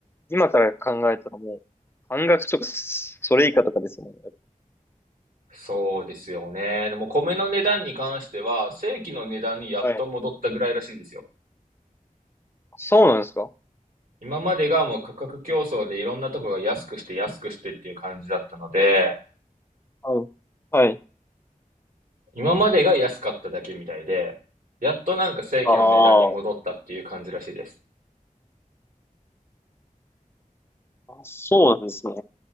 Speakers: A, on the left; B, on the right.
A: 今から考えたらもう、半額とか、それ以下とかですもんね。
B: そうですよね。でも米の値段に関しては、正規の値段にやっと戻ったぐらいらしいですよ。
A: はい。そうなんですか
B: 今までがもう価格競争でいろんなとこが安くして安くしてっていう感じだったので、
A: はい。はい。
B: 今までが安かっただけみたいで、やっとなんか正規の値段に戻ったっていう感じらしいです。
A: あーあ、そうなんですね。